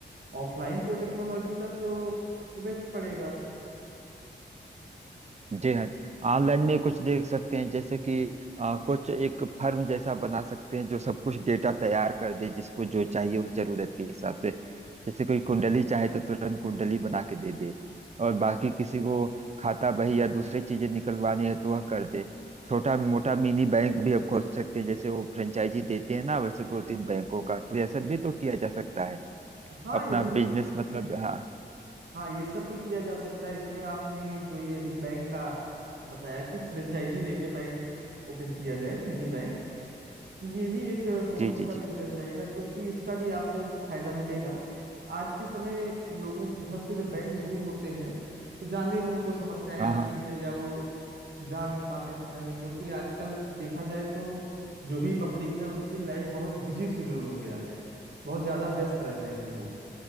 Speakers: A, on the right; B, on the right.
A: ऑफलाइन तो टेक्नोलॉजी का तो वेस्ट पड़ेगा
B: जी हाँ ऑनलाइन में कुछ देख सकते हैं जैसे कि आ, कुछ एक फर्म जैसा बना सकते हैं जो सब कुछ डेटा तैयार कर दे जिसको जो चाहिए उस जरूरत के हिसाब से जैसे कोई कुंडली चाहे तो तुरंत कुंडली बना के दे दे और बाकी किसी को खाता बही या दूसरी चीजें निकलवानी है तो वह कर दे छोटा मोटा मिनी बैंक भी अब खोल सकते हैं जैसे वो फ्रेंचाइजी देते हैं ना वैसे दो तीन बैंकों का तो ऐसा भी तो किया जा सकता है
A: हाँ
B: अपना
A: ये सब
B: बिजनेस
A: भी
B: मतलब हाँ
A: हाँ ये सब भी किया जा सकता है इसमें आपने जो ये अभी बैंक का बताया कि फ्रेंचाइजी लेके बैंक ओपन किया जाए मिनी बैंक ये भी एक बहुत
B: जी
A: अच्छा
B: जी
A: बिजनेस
B: जी
A: रहेगा क्योंकि इसका भी आपको फायदा मिलेगा आज के समय लोगों के घर से जब बैंक दूर होते हैं तो जाने में उनको समस्याएं
B: हाँ
A: आती
B: हाँ
A: हैं या वो जा नहीं पाते समय में क्योंकि आजकल देखा जाए तो जो भी पब्लिक है उनकी लाइफ बहुत बिजी शेड्यूल हो गया है बहुत ज्यादा व्यस्त रहते हैं वो